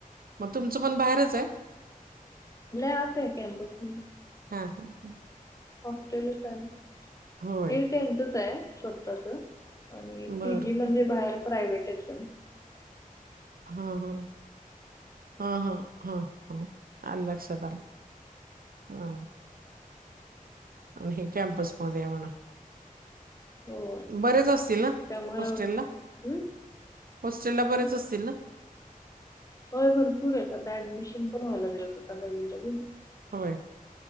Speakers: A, on the right; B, on the left.
A: मग तुमचं पण बाहेरच आहे
B: नाही आता ह कम बसून
A: हा हा हा
B: हॉस्टेलच आहे ना
A: होय
B: हे त्यांचच आहे स्वतःच आणि
A: बर
B: पीजी
A: बर.
B: म्हणजे बाहेर प्रायवेट येत
A: हा हा हा हा हा ह आल् लक्षातला हा आणि हे कॅम्पसमध्येध्ये आहे म्हणा
B: हो
A: बरेच असतील ना
B: त्यामुळे
A: हॉस्टेल
B: एवढं काय
A: ला
B: हम्म?
A: हॉस्टेलला
B: काय
A: बरेच असतील ना
B: होय बर तूरेेत आता ऍडमिशन पण व्हायला लागळत होता नवीन नवीन
A: होय